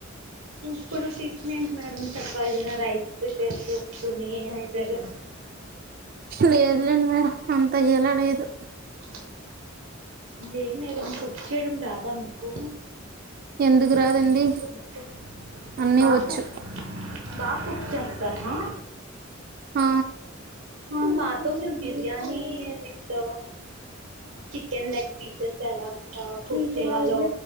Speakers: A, on the right; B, on the right.
A: ఇప్పుడు టిఫినేంటి మేడం చక్కగా ఎదైనా రైస్ ప్రిపేర్ చేసుకొని హ్యాపీ గా
B: లేదులేండి మేడం అంత ఏలా లేదు
A: ఉ ఏం మేడం కుక్ చేయడం రాదా మీకు
B: ఎందుకు రాదండి
A: ఎంతెంతో బుక్కకు
B: అన్నీ
A: బాపూ
B: వచ్చు
A: బా కుక్ చేస్తాను
B: ఆ
A: ఆ మాతో మీరు biryani with chicken leg pieces ఎలాగా కుక్ చేయాలో